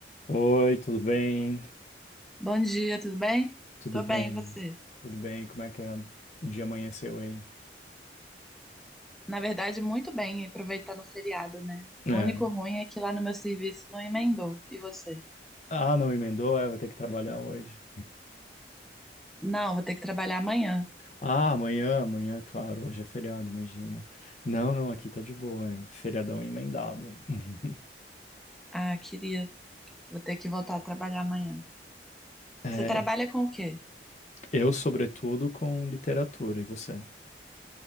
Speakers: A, on the left; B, in the centre.
A: Oi, tudo bem?
B: Bom dia, tudo bem?
A: Tudo
B: Tô
A: bem?
B: bem, e você?
A: Tudo bem? Como é que é? O dia amanheceu aí?
B: Na verdade, muito bem, aproveitando o feriado, né?
A: É.
B: O único ruim é que lá no meu serviço não emendou. E você?
A: Ah, não emendou? É, vai ter que trabalhar hoje.
B: Não, vou ter que trabalhar amanhã.
A: Ah, amanhã, amanhã, claro, hoje é feriado, imagina. Não, não, aqui tá de boa, hein? Feriadão emendado. <laughs>
B: Ah, queria. Vou ter que voltar a trabalhar amanhã.
A: É,
B: Você trabalha com o quê?
A: Eu, sobretudo, com literatura, e você?